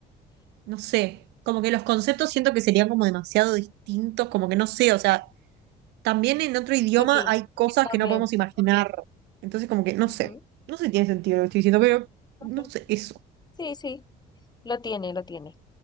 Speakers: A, on the right; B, on the left.
A: no sé, como que los conceptos siento que serían como demasiado distintos, como que no sé, o sea, también en otro idioma
B: Sí, sí,
A: hay cosas
B: también.
A: que no podemos imaginar. Entonces, como que no
B: Ujú,
A: sé, no sé si tiene sentido lo que estoy diciendo, pero
B: ok.
A: no sé, eso.
B: Sí, sí, lo tiene, lo tiene.